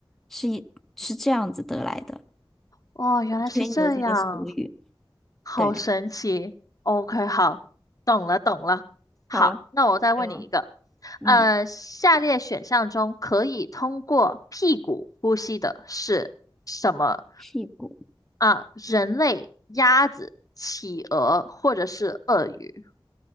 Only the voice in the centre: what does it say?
是一是这样子得来的，
吹牛这个俗语。
对，
好，
就嗯，
屁股，